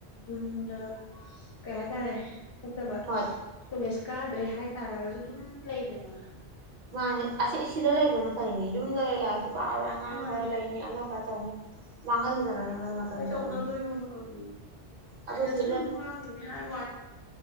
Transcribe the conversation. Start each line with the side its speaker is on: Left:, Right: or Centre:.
Left: ꯌꯨꯝꯗ ꯀꯩ ꯍꯥꯏꯇꯥꯔꯦ ꯑꯠꯇꯕ
Right: ꯍꯣꯏ
Left: ꯀꯣꯂꯦꯖ ꯀꯥꯗ꯭ꯔꯦ ꯍꯥꯏꯇꯥꯔꯒꯁꯨ ꯑꯗꯨꯝ ꯂꯩꯗꯀ
Right: ꯃꯥꯅꯦ ꯑꯁꯤꯁ ꯁꯤꯗ ꯂꯩꯕꯅ ꯐꯩꯅꯦ ꯌꯨꯝꯗ ꯂꯩꯂꯛꯑꯁꯨ ꯄꯥꯔꯣꯏ ꯑꯉꯥꯡ
Left: ꯃꯥꯅꯦ
Right: ꯈꯔ ꯂꯩꯅꯤ ꯑꯃ ꯈꯔ ꯇꯧꯅꯤ ꯃꯥꯡꯍꯟꯗꯅꯔꯦꯕꯅ ꯃꯇꯝꯁꯦ
Left: ꯀꯩꯗꯧꯅꯗꯣꯏꯅꯣ
Right: ꯑꯗꯨꯝ
Left: ꯃꯥꯅꯦ
Right: ꯑꯗꯣ
Left: ꯁꯤꯗꯁꯨ
Right: ꯁꯤ
Left: ꯁꯨꯝ ꯃꯥꯡꯉꯦ ꯍꯥꯏ ꯋꯥ